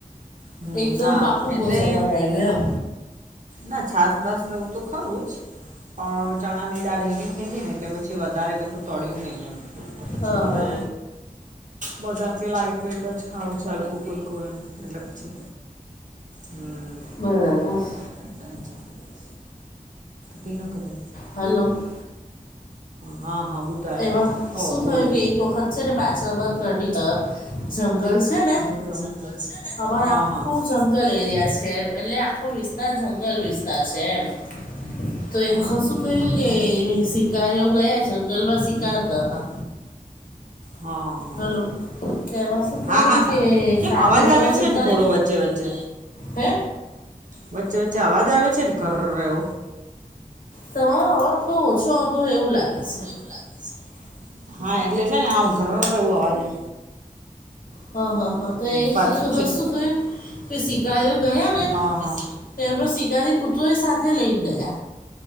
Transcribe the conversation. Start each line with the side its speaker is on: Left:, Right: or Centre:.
Right: હમ
Left: એકદમ
Right: ના
Left: પાકુ
Right: એટલે
Left: ભોજન બનાયું એમ.
Right: ના છાસબસ લવું તો ખરું જ પણ ચણાની દાળ હેવી. થઈ ગઈ ને એટલે પછી વધારે કશું તળ્યું નહી. એમ પછી
Left: હા
Right: હવે.
Left: હા
Right: બધાથી લાઈટ પેટ જ ખાવું છ હલકુ ફુલકું એમ એટલે. હમ.
Left: બરાબસ.
Right: <inaudible> <unintelligible> તી ના કતે.
Left: હલો <inaudible> <unintelligible> <unintelligible>
Right: હા હા બુધાયો
Left: એમાં શું
Right: ઓ બોલો
Left: થયું કે એક વખત છે ને પાછળ બાદ રડી ત. જંગલ છે ને.
Right: ઘર્ર અવાજ થાય છે.
Left: અમાર
Right: હા
Left: આખું
Right: હા
Left: જંગલ એરિયા છે એટલે આખો વિસ્તાર જંગલ વિસ્તાર છે એમ. તો એક
Right: અવાજ
Left: વખત શું
Right: હતો
Left: થયું
Right: તો ઘર
Left: કે
Right: ઘર.
Left: શિકારી એવ ગયા જંગલમાં શિકાર કરવા.
Right: હા. હા
Left: હલો તો એમાં શું
Right: હા
Left: થું
Right: હા
Left: કે
Right: કેમ
Left: સાથે
Right: અવાજ આવે
Left: એમડ સુચારી.
Right: છે ને થોડો વચ્ચે વચ્ચે
Left: હે.
Right: વચ્ચે વચ્ચે અવાજ આવે છે ને કરવ.
Left: તમારો અવાજ થોડો ઓછો આવતો હોય એવું લાગે છે.
Right: લ. હા એટલે છે ને હું ઘર રવું અવાજે.
Left: હા હા હા તો એ
Right: પાછું
Left: વખત
Right: છે ને
Left: શું થયું કે શકારો ગયા ને.
Right: હા હા
Left: તો એમનો શિકારી પુત્રોય સાથે લઈ ગયા.